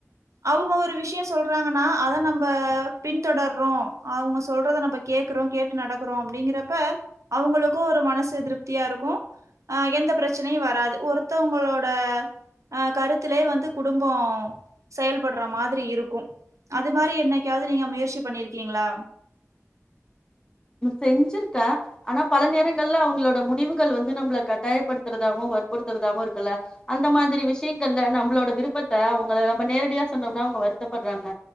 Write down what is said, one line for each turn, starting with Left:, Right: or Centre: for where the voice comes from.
Right: அவுங்க ஒரு விஷய சொல்றாங்கனா அத நம்ம பின்தொடர்றோ அவங்க சொல்றத நம்ப கேக்குறோ கேட்டு நடக்கறோ அப்டிங்கிறப்ப அவங்களுக்கு ஒரு மனசு திருப்தியாருக்கு ஆ எந்த பிரச்சனையு வராது ஒருத்தவங்களோட அ கருத்திலே வந்து குடும்ப செயல்படற மா இருக்கு அது மாரி என்னைக்காது நீங்க முயற்சி பண்ணிருக்கீங்களா
Left: செஞ்சுருக்கே ஆனா பல நேரங்கள்ல அவங்களோட முடிவுகள் வந்து நம்பள கட்டாயப்படுத்துறதாவு வற்புடுத்துறதாவு இருக்குல்ல அந்த மாதிரி விஷயங்கள்ல நம்மளோட விருப்பத்த அவங்கள நம்ப நேரடியா சொன்னோம்னா அவங்க வருத்தப்படுறாங்க